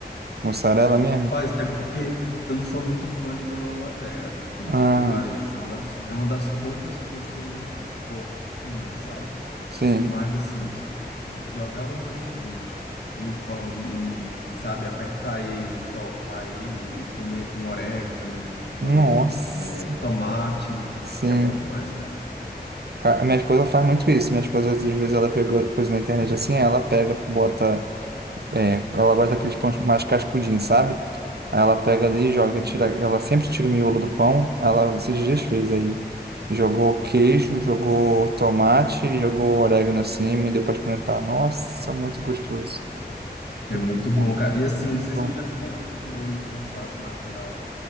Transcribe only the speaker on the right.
Mussarela mesmo?
Ah,
sim.
Nossa,
sim.
Ca- minha esposa faz muito isso. Minha esposa, às vezes, ela vê alguma coisa na internet assim, ela pega, bota. é, ela gosta daqueles pães mais cascudinhos, sabe? Aí ela pega ali, joga,
tira. Ela sempre tira o miolo do pão. Ela esses dias fez aí. Jogou queijo, jogou tomate, jogou orégano assim, e deu pra experimentar. Nossa, muito gostoso.
Ficou
muito
bom.